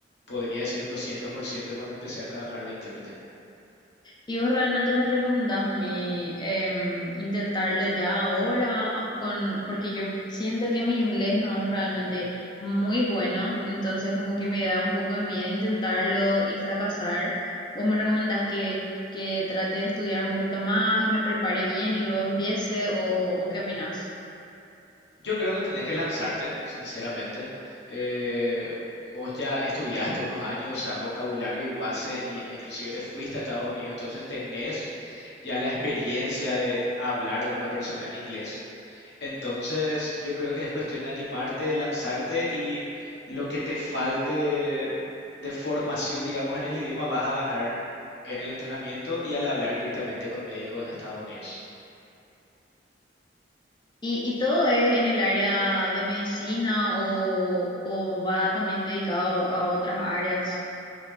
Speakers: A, on the left; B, on the left.
A: podría decir un 200% cuando empecé a trabajar de intérprete.
B: ¿Y vos realmente me recomendás a mí em, intentarlo ya ahora? Con, porque yo siento que mi inglés no es realmente muy bueno, entonces como que me da un poco de miedo intentarlo y fracasar. ¿Vos me recomendás que, que trate de estudiar un poquito más y me prepare bien y luego empiece? ¿O, o qué opinás?
A: Yo creo que tenés que lanzarte, sinceramente. Eh, vos ya estudiaste unos años, o sea, vocabulario y base, y, e inclusive te fuiste a Estados Unidos, entonces tenés ya la experiencia de hablar con una persona en inglés. Entonces, yo creo que es cuestión de animarte, lanzarte y lo que te falte de formación, digamos, en el idioma, vas a ganar en el entrenamiento y al hablar directamente con médicos de Estados Unidos.
B: ¿Y, y todo es en el área de medicina o, o va también dedicado a otras áreas?